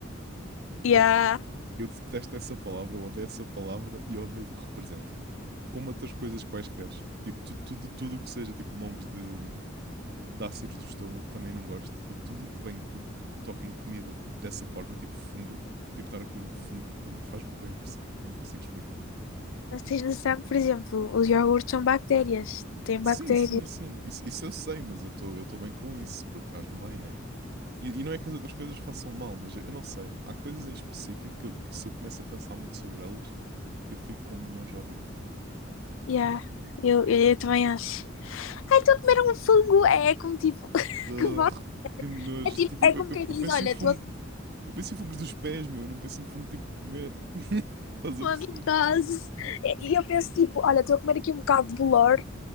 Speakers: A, on the right; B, on the left.
A: ok?
B: Yeah.
A: Eu detesto essa palavra, eu odeio essa palavra e eu odeio o que representa. como outras coisas quaisquer. Tipo, tu- tudo tudo o que seja, tipo, nomes de, de ácidos do estômago também não gosto. E tudo o que vem, o que, o que toca em comida dessa forma, tipo fungo, tipo estar a comer um fungo, para mim faz-me bem impressão. Não consigo explicar.
B: Mas tens noção que, por exemplo, os iogurtes são bactérias. Têm
A: Sim,
B: bactérias.
A: sim, sim. Isso, isso eu sei, mas eu estou eu estou bem com isso, porque faz-me bem, né? E, e não é que as outras coisas façam mal, mas eu não sei. Há coisas em específico que, eu- que se eu começo a pensar muito sobre elas, eu fico com um nojo horrível.
B: Yeah, eu, eu, eu também acho. Ai, estou a comer um fungo. É, é como tipo, <laughs>
A: Ugh,
B: que bom.
A: que nojo.
B: É tipo,
A: Tipo,
B: é
A: eu,
B: como
A: eu-
B: quem diz,
A: eu penso
B: olha,
A: em fungo
B: estou a comer
A: Eu penso em fungos dos pés, meu. Eu não penso em fungo tipo de comer. <laughs> Estás a
B: uma
A: perceber?
B: mitose. E e eu penso tipo, olha, estou a comer aqui um bocado de bolor.